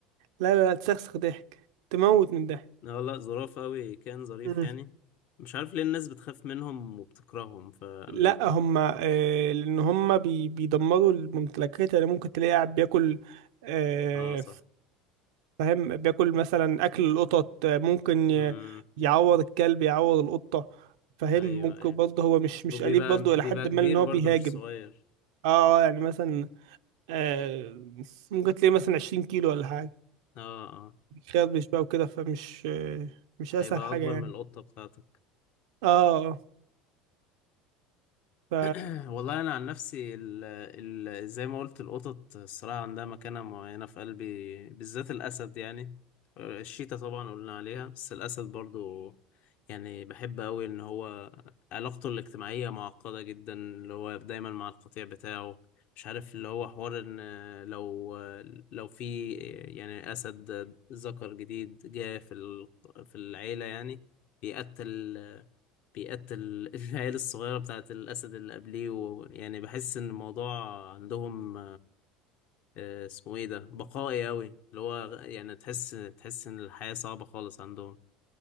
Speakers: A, on the right; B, on the left.
A: لا لا لا تسخسخ ضحك تموت من ضحك
B: لا لا ظراف أوي كان ظريف
A: مم.
B: يعني مش عارف ليه الناس بتخاف منهم وبتكرههم في أمريكا
A: لا هما آه لأن هما بي بيدمروا الممتلكات يعني ممكن تلاقي قاعد بياكل آه
B: اه صح
A: فاهم بياكل مثلا أكل القطط آه، ممكن ي-
B: امم
A: يعور الكلب يعور القطة فاهم
B: أيوه
A: ممكن
B: أيوه
A: برضه هو مش مش
B: وبيبقى
A: أليف برضه
B: بيبقى
A: إلى حد
B: كبير
A: ما إن هو
B: برضه
A: بيهاجم
B: مش صغير
A: اه يعني مثلا آه، ممكن تلاقي مثلا 20 كيلو ولا حاجة
B: اه اه
A: بيخربش بقى وكده فمش آه، مش أسهل
B: هيبقى
A: حاجة
B: أكبر
A: يعني
B: من القطة بتاعتك
A: اه اه ف
B: <clears throat> والله انا عن نفسي ال ال زي ما قلت القطط الصراحه عندها مكانه معينه في قلبي بالذات الاسد يعني الشيتا طبعا قلنا عليها بس الاسد برضو يعني بحب قوي ان هو علاقته الاجتماعيه معقده جدا اللي هو دايما مع القطيع بتاعه مش عارف اللي هو حوار ان لو لو في يعني اسد ذكر جديد جاء في ال- في العيله يعني بيقتل بيقتل <laughs> العيال الصغيرة بتاعت الأسد اللي قبليه ويعني بحس إن الموضوع عندهم آه، اسمه إيه ده بقائي أوي اللي هو يعني تحس تحس إن الحياة صعبة خالص عندهم